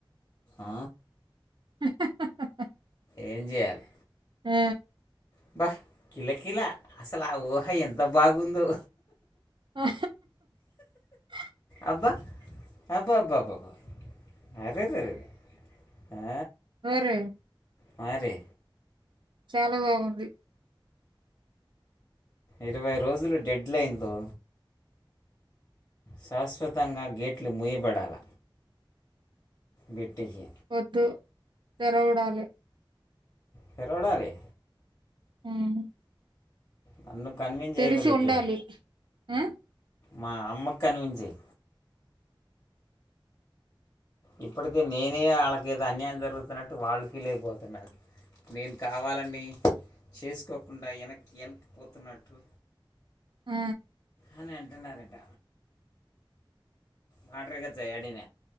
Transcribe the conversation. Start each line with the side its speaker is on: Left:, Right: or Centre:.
Left: ఆ
Right: హహ
Left: ఏం చెయాలి.
Right: ఆ
Left: అబ్బ కిల కిల అసలు ఆ ఊహ ఎంత బాగుందో.
Right: ఆహా హా
Left: అబ్బా అబ్బబ్బ అరెరే. ఆ
Right: అరె
Left: మారే
Right: చాలా బాగుంది.
Left: ఇరవై రోజులు డెడ్ లైన్తో శాశ్వతంగా గేట్లు ముూయబడాల వెట్టికి
Right: వద్దు తెరవడాలే.
Left: తెరవాడాలే
Right: ఉమ్
Left: నన్ను కన్విన్స్
Right: తెరిసి
Left: చేయగలిగితే
Right: ఉండాలి ఆ
Left: మా అమ్మకు కనిపించేయి. ఇప్పటికే నేనే వాళ్ళకి ఏదో అన్యాయం జరుగుతున్నట్టు వాళ్ళు ఫీల్ అయిపోతున్నారు. నేను కావాలని చేసుకోకుండా వెనక్ వెనక్ పోతున్నట్టు.
Right: ఆ
Left: అని అంటున్నారట. మ్యాటర్ గచ్చా ఆడిన